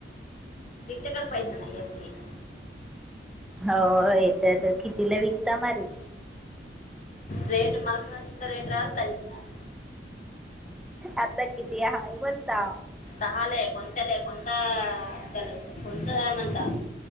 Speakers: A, on the left; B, in the centre.
A: विकल्याकडे पाहिजे नाही आहे की
B: हो येत तर कितीला विकत मारी
A: रेट मारकड चित रेट राहला अलीिक ना
B: आता किती हय म्हणता
A: तहालय कोणत्या लय कोणता त्यालाय कोणतं झाय म्हणतास